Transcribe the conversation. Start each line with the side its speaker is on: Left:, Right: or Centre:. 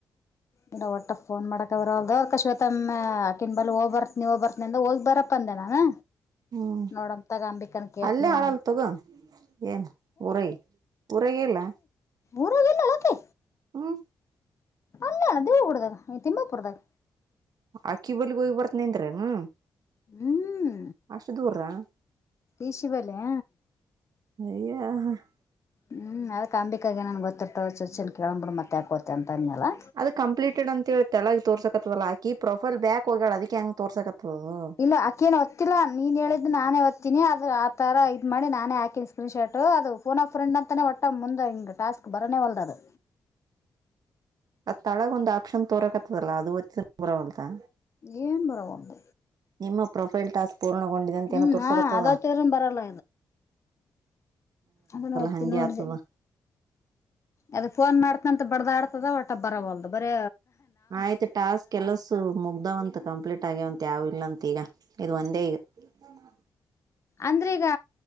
Left: ಇನ್ನ ಒಟ್ಟ ಫೋನ್ ಮಾಡಕ ಬರ ಅಕಸ್ಮಾತ್ ಅಕ್ಕಿನ್ ಬಲ್ಲಿ ನಾ ಆಕಿನ ಬಲ್ ಹೋಗ್ ಬರ್ತನ ಹೋಗ್ಬರ್ತನಿ ಅಂದ ಹೋಗಿ ಬರಪ್ಪ ಅಂದೆ ನಾನು
Right: ಹ್ಮ್
Left: ನೋಡಮ್ ತಗ
Right: -
Left: ಅಂಬಿಕನ ಕೇಳ್ತೀನಿ
Right: ಅಲ್ಲೇ ಆಳಲ್
Left: ನಾನು
Right: ತಗೊ ಏನು ಊರಗೆ ಊರಾಗೆ ಇಲ್ಲಾ
Left: ಊರಗಿಲ್ಲ. ಆಕಿ
Right: ಹುಂ
Left: ಅಲ್ಲ ಅದೇ ಹುಡುಗ ತಿಮ್ಮಾಪುರದಾಗ
Right: ಅಕ್ಕಿ ಬಲ್ಗ್ ಹೋಗಿ ಬರ್ತನ್ ಅಂದ್ರೇನೂ
Left: ಹಂ
Right: ಅಷ್ಟು ದೂರ್ರಾ?
Left: ಇಶು ಬಲ್ಯ
Right: <unintelligible>
Left: ಹ್ಞೂ ಅದಕ್ಕ ಅಂಬಿಕಾಗ ಏನನ ಗೊತ್ತಿರ್ತವ ಚೊಚ್ಚಿಲ್ ಕೆಲಂ ಬಿಡು ಮತ್ ಯಾಕ್ ಹೊತಿ ಅಂತ ಅನ್ಯಲಾ
Right: ಅದ ಕಂಪ್ಲೀಟೆಡ್ ಅಂತೇಳಿ ತೆಲಗ್ ತೋರ್ಸಕತ್ತದಲ್ಲಾ ಆಕಿ ಪ್ರೊಫೈಲ್ ಬ್ಯಾಕ್ ಹೊಗ್ಯಾಳ ಅದಕ್ಕೆ ಹಂಗ್ ತೋರ್ಸಕತ್ತದ ಅದು.
Left: ಇಲ್ಲ ಆಕೇನು ಒತ್ತಿಲ್ಲ ನೀನ ಹೇಳಿದ ನಾನೇ ಒತ್ತಿನಿ ಆದ್ರೆ ಆ ಥರ ಇ ಇದ ಮಾಡಿ ನಾನೇ ಹಾಕಿನ. ಸ್ಕ್ರೀನ್ ಶಾರ್ಟ್ ಅದು ಫೋನ್ ಆಫ ಫ್ರೆಂಡ್ ಅಂತಾನೆ ಒಟ್ಟ ಮುಂದ್ ಹಿಂಗ್ ಟಾಸ್ಕ್ ಬರನೇ ವಲ್ದ ಅದು.
Right: ಅ ತಳಗ ಒಂದು ಆಪ್ಷನ್ ತೋರಕತದಲ್ಲ ಅದು ಒತ್ತಿದ್ರೂ ಬರವಲ್ತಾ?
Left: ಏನ್ ಬರವಲ್ತ.
Right: ನಿಮ್ಮ ಪ್ರೊಫೈಲ್ ಟಾಸ್ಕ್ ಪೂರ್ಣಗೊಂಡಿದೆಂತೇ
Left: ಹ್ಮ್
Right: ಏನೋ ತೋರ್ಸಕತ್ತದಾ.
Left: ಹಾ ಅದತ್ತಿದ್ರನ್ ಬರಲ್ಲ ಅದುನೂ ಒತ್ತಿ
Right: ಹಂಗೆ
Left: ನೋಡ್ದೆ.
Right: ಆತದ
Left: ಅದ ಫೋನ್ ಮಾಡ್ತನಂತ್ ಬಡದಾಡ್ತದ ಒಟ್ಟ ಬರವಲ್ದು ಬರೆ
Right: ಆಯ್ತು ಟಾಸ್ಕ್ ಎಲಸು ಮುಗ್ದಾವಂತ ಕಂಪ್ಲೀಟ್ ಆಗ್ಯವಂತ ಯಾವ ಇಲ್ಲ ಅಂತ ಈಗ ಇದು ಒಂದೇ ಈಗ. <inaudible>
Left: ಅಂದ್ರೆ ಈಗ